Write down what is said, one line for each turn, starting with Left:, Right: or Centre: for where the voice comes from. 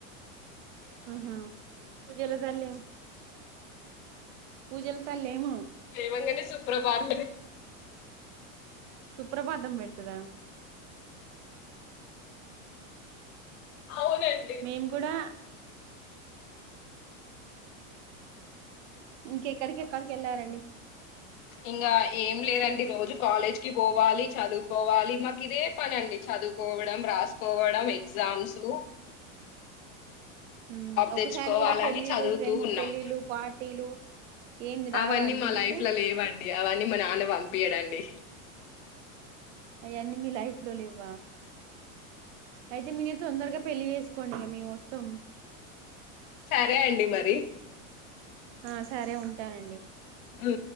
Right: హాహా పూజల తల్లి పూజల తల్లి ఏమో
Left: లేవంగానే సుప్రభాతం క
Right: సుప్రభాతం పెడతదా
Left: అవునండి
Right: మేం కూడా ఇంక ఎక్కడికి ఎక్కడికి వెళ్లార
Left: ఇంకా ఏం లేదండి రోజు కాలేజ్ కి పోవాలి చదువుకోవాలి మాకు ఇదే పని అండి చదువుకోవడం రాసుకోవడం ఎగ్జామ్స్ సు
Right: ఉ ఒకసారి
Left: తెచ్చుకోవాలని
Right: కూడా పెళ్లిళ్లు
Left: చదువుతూ
Right: ఫ్రెండ్స్
Left: ఉన్నాం
Right: పెళ్లిళ్లు పార్టీలు ఏం రావా
Left: అవన్నీ
Right: అండి
Left: మా
Right: మీకు
Left: లైఫ్ లో లేవండి అవన్నీ మా నాన్న పంపియ్యడు అండి
Right: అవన్నీ మీ లైఫ్ లేవా అయితే మీర తొందరగా పెళ్లి చేసుకోండి మేము వస్తాం
Left: సరే అండి మరి
Right: ఆ సరే ఉంటానండి
Left: హు